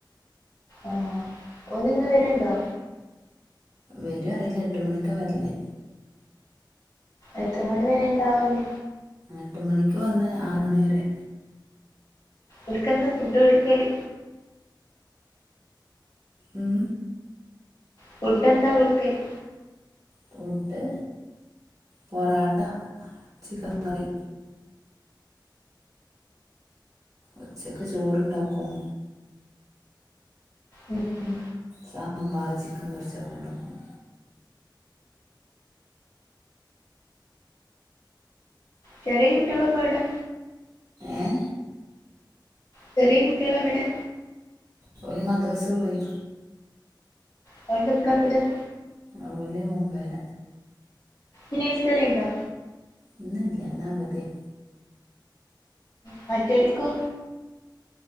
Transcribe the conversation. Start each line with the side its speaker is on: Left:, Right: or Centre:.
Left: ആഹ് ഓല് ന്ന് വര്ണ്ടോ
Right: വരോ അറിയില്ല എട്ട് മണിക്കാ വര്ല്
Left: എത്ര മണി വരെ ണ്ടാഓല്
Right: എട്ട് മണിക്ക് വന്ന് ആറ് മണി വരെ
Left: ഓൽക്ക് എന്താ ഫുഡ് ഒടുക്കല്
Right: ഉം
Left: ഫുഡ് എന്താ കൊടുക്കല്?
Right: ഫുഡ് പൊറാട്ട ചിക്കൻ കറി ഉച്ചക്ക് ചോറ്ണ്ടാക്കും
Left: ഉം ഉം
Right: സാമ്പാർ ചിക്കൻ പൊരിച്ചൊക്കെ ണ്ടാക്കും
Left: ചെറിയ കുട്ടിളൊക്കെ എവിടെ?
Right: ഏഹ്
Left: ചെറിയ കുട്ടികള എവിടെ
Right: അതുഅല്ല മദ്രസ പോയി
Left: പൈകപ്പള വിട് <unintelligible>
Right: രാവിലെ ഒമ്പര
Left: ഇന്ന് നഴ്സി ഉണ്ടോ
Right: ഇന്ന് ഇല്ല ഇന്ന് അവധിയാ
Left: മറ്റെവാൽക്കോ